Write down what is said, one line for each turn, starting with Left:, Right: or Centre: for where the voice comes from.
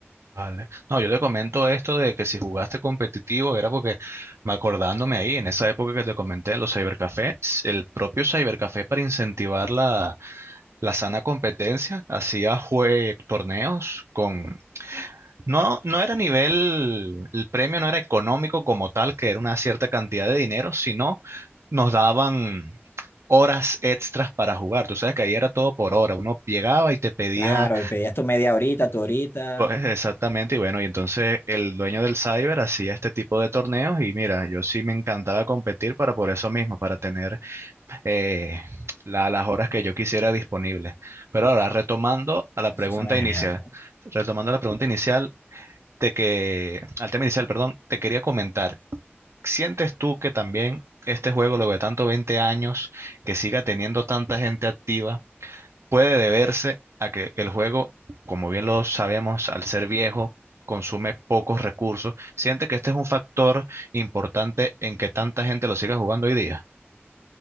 Right: Vale. No, yo te comento esto de que si jugaste competitivo era porque, me acordándome ahí, en esa época que te comenté los cybercafés, el propio cybercafé para incentivar la, la sana competencia hacía jue torneos con... No, no era nivel, el premio no era económico como tal, que era una cierta cantidad de dinero, sino nos daban horas extras para jugar. Tú sabes que ahí era todo por hora. Uno llegaba y te pedía
Left: Claro, pedías tu media horita, tu horita,
Right: Co- eh, Exactamente, y bueno, y entonces el dueño del cyber hacía este tipo de torneos y mira, yo sí me encantaba competir para por eso mismo, para tener eh, la- las horas que yo quisiera disponibles. Pero ahora, retomando a la
Left: eso
Right: pregunta
Left: suena genial.
Right: inicial,
Left: ¿eh?
Right: retomando la pregunta inicial de que, al tema inicial, perdón, te quería comentar, ¿sientes tú que también este juego, luego de tanto 20 años, que siga teniendo tanta gente activa? puede deberse a que el juego, como bien lo sabemos, al ser viejo, consume pocos recursos. ¿Siente que este es un factor importante en que tanta gente lo siga jugando hoy día?